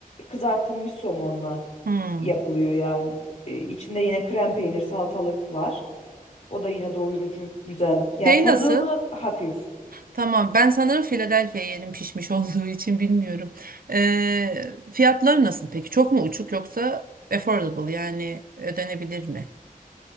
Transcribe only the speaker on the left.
kızartılmış somonla
yapılıyor yani. E, İçinde yine krem peynir, salatalık var. O da yine doyurucu, güzel. Yani
tadımı
hafif.